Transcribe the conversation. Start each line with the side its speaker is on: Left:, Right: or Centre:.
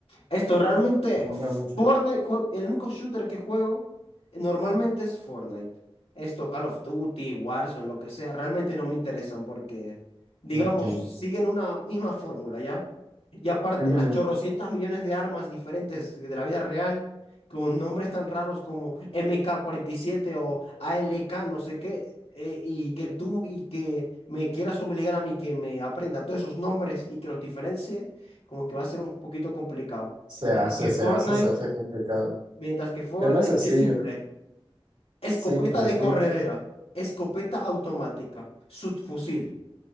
Left: Esto realmente,
Right: Tú juegas mucho.
Left: Fortnite, jue- el único shooter que juego eh, normalmente es Fortnite. Esto, Call of Duty, Warzone, lo que sea, realmente no me interesan porque, digamos,
Right: Ok.
Left: siguen una misma fórmula, ¿ya? Y aparte,
Right: Ujú.
Left: las chorrocientas millones de armas diferentes de la vida real, con nombres tan raros como MK47 o ALK, no sé qué, eh, y que tú y que me quieras obligar a mí que me aprenda todos esos nombres y que los diferencie como que va a ser un poquito complicado.
Right: Se
Left: Mientras
Right: hace,
Left: que
Right: se
Left: Fortnite,
Right: hace, se hace complicado.
Left: mientras que Fortnite
Right: Es más sencillo,
Left: es simple. Escopeta
Right: simple,
Left: de
Right: sí.
Left: corredera, escopeta automática, subfusil